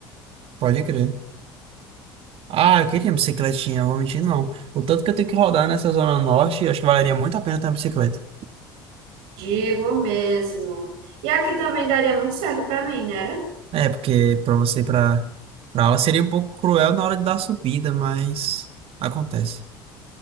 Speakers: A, on the right (about 55°); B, on the right (about 70°).
A: Pode crer. Ah, eu queria uma bicicletinha, eu vou mentir, não. O tanto que eu tenho que rodar nessa zona norte, acho que valeria muito a pena ter uma bicicleta.
B: digo mesmo. E aqui também daria muito certo pra mim, né? era?
A: É, porque pra você, pra, pra aula seria um pouco cruel na hora da subida, mas acontece.